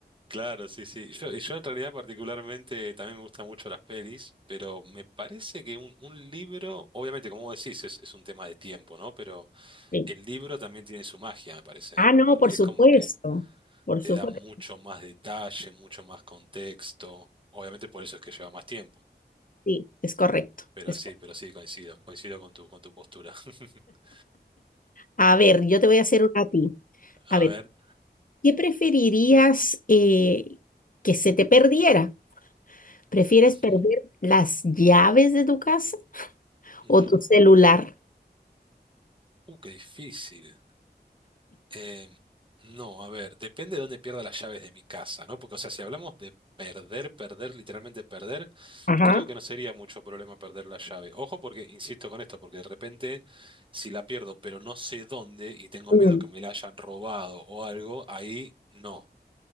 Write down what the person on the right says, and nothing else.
Claro, sí, sí. Yo, yo en realidad particularmente también me gustan mucho las pelis, pero me parece que un, un libro, obviamente como vos decís, es, es un tema de tiempo, ¿no? Pero...
El libro también tiene su magia, me parece,
¿eh?
Porque
es como que
te
da mucho más detalle, mucho más contexto. Obviamente por eso es que lleva más tiempo.
Pero
sí,
pero sí, coincido, coincido con tu, con tu postura. <laughs>
A
ver.
Ujú,
ujú.
Uh, qué difícil. Eh, no, a ver, depende de dónde pierda las llaves de mi casa, ¿no? Porque, o sea, si hablamos de perder, perder, literalmente perder,
creo que no sería mucho problema perder la llave. Ojo, porque, insisto con esto, porque de repente, si la pierdo, pero no sé dónde y tengo
miedo que me la hayan robado o algo, ahí no.